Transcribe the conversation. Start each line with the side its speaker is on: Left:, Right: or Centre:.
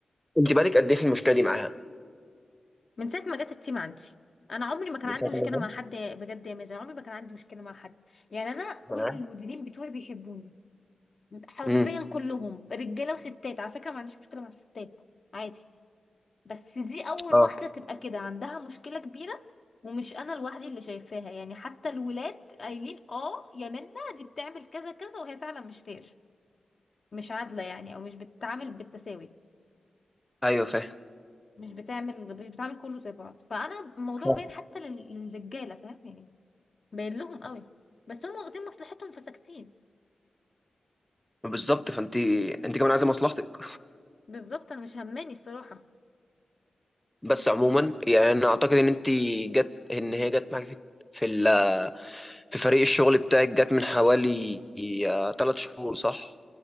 Centre: انت بقالك قد ايه في المشكله دي معاها
Left: من ساعه ما جت التيم عندي انا عمري ما كان
Centre: من
Left: عندي
Centre: شغل
Left: مشكله
Centre: ده
Left: مع حد بجد يا مازن عمري ما كان عندي مشكله مع حد يعني انا كل
Centre: ما انا عارف.
Left: المديرين بتوعي بيحبوني حرفيا
Centre: امم
Left: كلهم رجاله وستات على فكره ما عنديش مشكله مع الستات عادي بس دي اول
Centre: اه
Left: واحده تبقى كده عندها مشكله كبيره ومش انا لوحدي اللي شايفاها يعني حتى الولاد قايلين اه يا منى دي بتعمل كذا كذا وهي فعلا مش فير مش عادله يعني او مش بتتعامل بالتساوي
Centre: ايوه فاهم
Left: مش بتعمل مش بتعمل كله زي بعض فانا الموضوع
Centre: فاهم.
Left: باين حتى لل- للرجاله فاهم يعني باين لهم قوي بس هم واخدين مصلحتهم فساكتين
Centre: بالظبط فانت انت كمان عايزه مصلحتك
Left: بالظبط انا مش هماني الصراحه
Centre: بس عموما يعني انا اعتقد ان انت جت ان هي جت معاك في في, ال... في فريق الشغل بتاعك جت من حوالي ثلاث شهور صح